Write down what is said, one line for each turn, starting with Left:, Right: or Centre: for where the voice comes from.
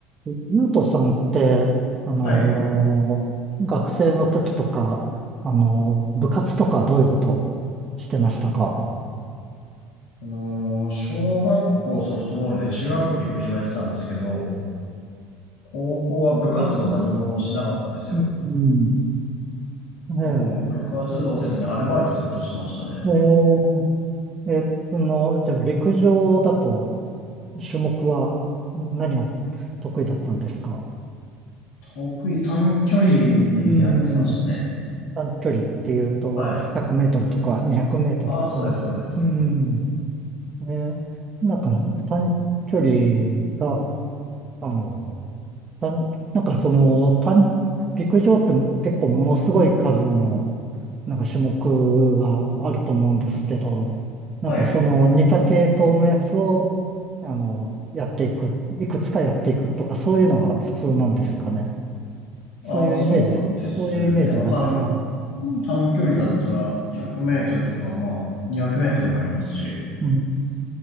Right: ゆうとさんって、あのー学生の時とか、
Left: はい。
Right: あのー部活とかどういうことしてましたか
Left: あのー小学校ソフトボールで中学校陸上やってたんですけど、高校は部活動何もしなかったんですよ。
Right: うん。ね
Left: もう部活動せずにアルバイトずっとしてましたね。
Right: ええーえーその、じゃあ陸上だと種目は何が得意だったんですか
Left: 得意短距離やってましたね。
Right: うん。短距離っていうと100メートルとか200メートルとか。
Left: はい。ああ、そうです、そうです。
Right: うん。ね、なんか短距離が、あのたんなんかその、単陸上って結構ものすごい数の、なんか種目があると思うんですけど、なんかその似た系統のやつを、
Left: はい。
Right: あの、やっていく、いくつかやっていくとか、そういうのが普通なんですかね。そういうイメージ、
Left: あまあそうですね。
Right: そういうイメージなんですか。
Left: まあ短、短距離だったら100メートルとか、まあ200メートルもやりますし。
Right: うん、